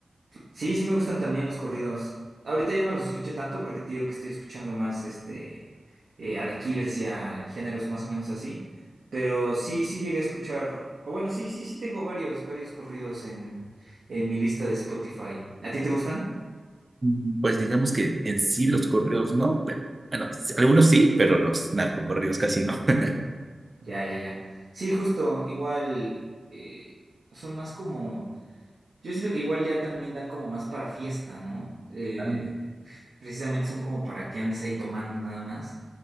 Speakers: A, on the right; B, on the right.
A: Sí, sí me gustan también los corridos. Ahorita ya no los escucho tanto porque te digo que estoy escuchando más este eh, a The Killers y a géneros más o menos así. Pero sí, sí llegué a escuchar. O bueno, sí, sí, sí tengo varios, varios corridos en, en mi lista de Spotify. ¿A ti te gustan?
B: Mm, Pues digamos que en sí los corridos no, pero bueno, sí, algunos sí, pero los narcocorridos casi no. <laughs>
A: Ya, ya, ya. Sí, justo, igual eh, son más como. Yo siento que igual ya también dan como más para fiesta, ¿no? Eh,
B: Ah,
A: <laughs> precisamente son como para que andes ahí tomando nada más.